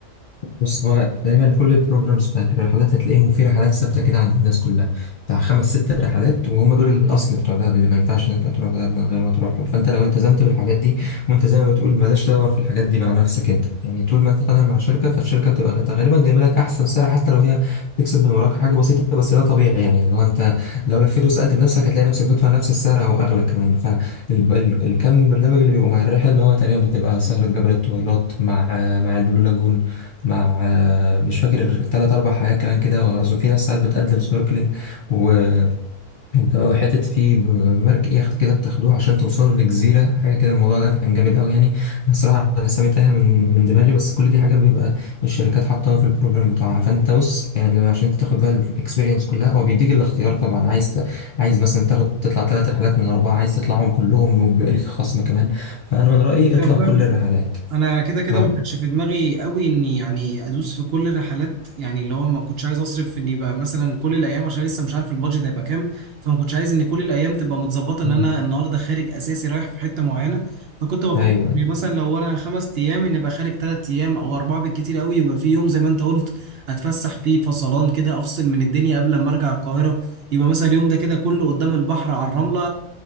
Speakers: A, on the left (about 60°); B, on the right (about 60°).
A: بص هو دايما كل البروجرامز بتاعت الرحلات هتلاقيهم في رحلات ثابته كده عند الناس كلها بتاع خمس ست رحلات وهم دول الاصل بتوع دهب اللي ما ينفعش ان انت تروح دهب من غير ما تروحهم فانت لو التزمت بالحاجات دي وانت زي ما بتقول بلاش تدور في الحاجات دي مع نفسك انت يعني طول ما انت طالع مع شركه فالشركه بتبقى غ- غالبا جايبه لك احسن سعر حتى لو هي تكسب من وراك حاجه بسيطه بس ده طبيعي يعني اللي هو انت لو لفيت وسالت بنفسك هتلاقي نفسك بتدفع نفس السعر او اغلى كمان فالكم برنامج اللي بيبقوا مع الرحله اللي هو تقريبا بتبقى سهره جبل الطويلات مع مع البلو لاجون مع آه، مش فاكر تلات أربع حاجات كمان كده وغزو فيها ساعات بتقدم سنوركلينج و- وحتة في ب- مركب يخت كده بتاخدوه عشان توصلوا لجزيرة حاجة كده الموضوع ده كان جامد أوي يعني أنا صراحة الأسامي تايهة من من دماغي بس كل دي حاجات بيبقى الشركات حاطاها في البروجرام بتاعها فأنت بص يعني لو عشان تاخد بقى الإكسبيرينس كلها هو بيديك الاختيار طبعا عايز ت... عايز مثلا تاخد تطلع تلات رحلات من الأربعة عايز تطلعهم كلهم وبيبقى ليك خصم كمان فأنا من رأيي اطلع
B: دي
A: كل الرحلات
B: انا انا كده كده
A: اه
B: ما كانش في دماغي قوي اني يعني ادوس في كل الرحلات يعني اللي هو ما كنتش عايز اصرف في اني بقى مثلا كل الايام عشان لسه مش عارف البادجت هيبقى كام فما كنتش عايز ان كل الايام تبقى متظبطه ان
A: أمم.
B: انا النهارده خارج اساسي رايح في حته معينه فكنت بفكر
A: أيوه
B: إني مثلا لو انا خمس ايام ان ابقى خارج ثلاث ايام او اربعه بالكتير قوي يبقى في يوم زي ما انت قلت اتفسح فيه فصلان كده افصل من الدنيا قبل ما ارجع القاهره يبقى مثلا اليوم ده كده كله قدام البحر على الرمله